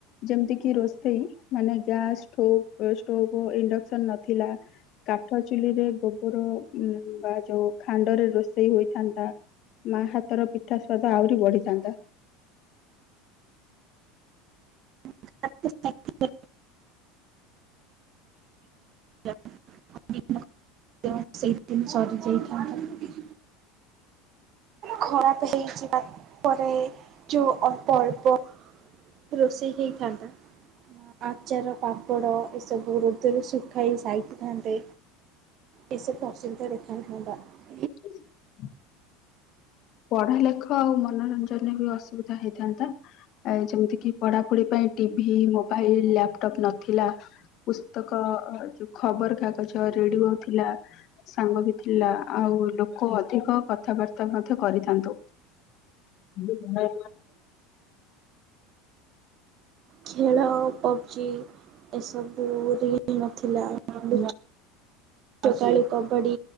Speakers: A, on the left; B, on the right.
A: ଯେମିତି କି ରୋଷେଇ ମାନେ ଗ୍ୟାସ୍ ଷ୍ଟୋଭ ଇଣ୍ଡକ୍ସନ ନଥିଲା। କାଠ ଚୁଲିରେ ଗୋବର ବା ଯୋଉ ଖାଣ୍ଡରେ ରୋଷେଇ ହୋଇଥାନ୍ତା। ମା ହାତର ପିଠା ସ୍ୱାଦ ଆହୁରି ବଢିଥାନ୍ତା ।
B: <inaudible> <inaudible> ସେଇଦିନ ସରିଯାଇଥାନ୍ତା । ଖରାପ ହେଇଯିବା ପରେ ଯଉ ଅଳ୍ପ ଅଳ୍ପ ରୋଷେଇ ହେଇଥାନ୍ତା । ଆଚାର ପାମ୍ପଡ଼ ଏସବୁ ରୁଦ୍ରରେ ଶୁଖାଇ ସାଇଥାନ୍ତେ । ଏ ପ୍ରସି ତ ଦେଖା ହୋ
A: <inaudible> ପଢା ଲେଖ ଆଉ ମନୋରଞ୍ଜନରେ ବି ଅସୁବିଧା ହେଇଥାନ୍ତା ଯେମିତି କିି ପଢାପଢି ପାଇଁ- ଟିଭି ମୋବାଇଲ ଲାପଟପ୍ ନଥିଲା ପୁସ୍ତକ ଯୋଉ ଖବର କାଗଜ ରେଡିଓ ଥିଲା ସାଙ୍ଗ ବି ଥିଲା ଆଉ ଲୋକ ଅଧିକ କଥାବାର୍ତା କରିଥାନ୍ତୁ ।
B: ଖେଳ ପବଜି ଏସବୁରେ ନଥିଲା । <inaudible> କବାଡି